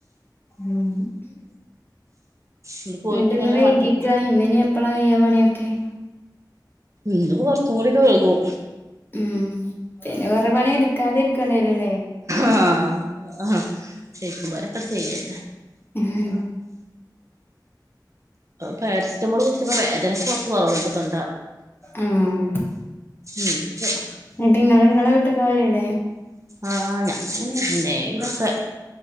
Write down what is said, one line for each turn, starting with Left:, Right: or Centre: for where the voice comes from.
Left: ഉം!
Right: ഇന്ന് പോയിട്ട്
Left: എന്നിട്ട്
Right: ഇങ്ങട്
Left: ഇന്ന് വൈകിക്ക?
Right: മടങ്ങിപ്പോ
Left: ഇന്ന് ഇനി എപ്പളാ കയ്യ്യ പണിയൊക്കെ?
Right: ഇന്നു ഇപ്പോ കുറച്ചു കൂടിയൊക്കെ വൈകും!
Left: ഉം. പിന്നെ കൊറെ പണിയെടുക്കാതെ ഇരിക്കേണ്ടി വരുല്ലേ?
Right: ആഹ്! ഹ ശരിക്കും പോലൊക്കെ ചെയ്യാം.
Left: ഉം.
Right: പാരസെറ്റമോള് കുടിച്ചപ്പോ വേദനക്ക് കൊറച്ച് കൊറവുണ്ട് തൊണ്ട.
Left: ആഹ്
Right: ഉം. ശരി!
Left: എന്നിട്ട് ഇങ്ങള് ഇങ്ങളെ വീട്ട്ക്ക് പോവലില്ലേ
Right: ആഹ്! ഞാൻ ഇങ്ങനെ അന്നേ ഇതൊക്കെ?